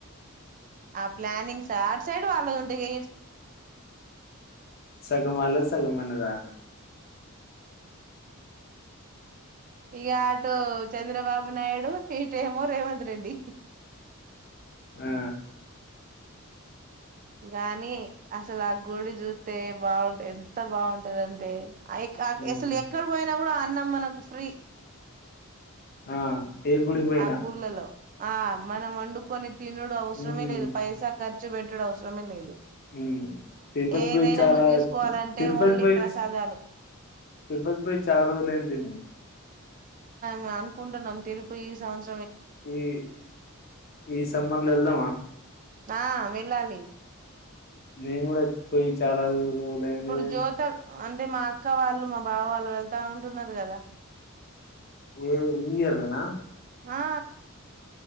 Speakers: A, on the right; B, on the left.
A: ఆ ప్లానింగ్స్ ఆ అటు సైడ్ వాళ్ళ ఉంటే గ
B: సగం వాళ్ళది సగం మనద
A: ఇక అటు చంద్రబాబు నాయుడు ఇటేమో రేవంత్ రెడ్డి
B: ఆ
A: గానీ అసలా గుడి జు అే బాగుండేది ఎంత బాగుంటదదంటే అ క
B: ఉమ్
A: అసలు ఎక్కడ పోయినా కూడా అన్నం మనకు ఫ్రీ
B: ఆ ఏ గుడికి పోయినా
A: ఆ గుళ్ళలో ఆ మనం వండుకొని తినుడు అవసరమే
B: హ్మ్
A: లేదు పైసా కర్ చ్చు పెట్టుడు అవుస్ సరమే లేదు
B: ఉమ్ తిరుపతి
A: ఏదైనా
B: పోయి చాలా
A: నువ్వు తీసుకోవాలంటే
B: తిరుపతి
A: ఓన్లీ
B: పోయిచ్
A: ప్రసాదాలు
B: తిరుపతి పోయి చాలా రోజులు అయింది పిన్ని
A: మే అనుకుంటున్నాం తిరుపి ఈ సంవచ్
B: ఈ ఈ సమ్మర్లో వెల్దామా
A: ఆ వెళ్ళాలి
B: నేను కూడా పోయి చాలా <inaudible> రోజులైంది
A: ఇప్పుడు
B: గా
A: జ్యోత అంటే మా అక్క వాళ్ళు మా బావ వాళ్ళు వెళ్తా అంటున్నారు కదా
B: ఏ ఈ ఇయర్లొ నా
A: ఆ